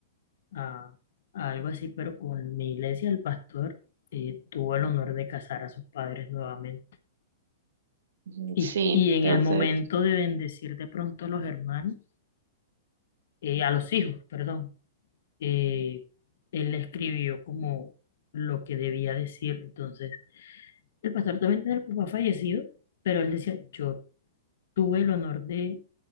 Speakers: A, on the left; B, on the right.
A: a, a algo así, pero con mi iglesia el pastor eh, tuvo el honor de casar a sus padres nuevamente.
B: Ujú,
A: Y,
B: Sí,
A: y en
B: entonces
A: el momento de bendecir de pronto a los hermanos, eh, a los hijos, perdón, eh, él le escribió como lo que debía decir. Entonces, el pastor también tenía el papá fallecido, pero él decía, yo tuve el honor de,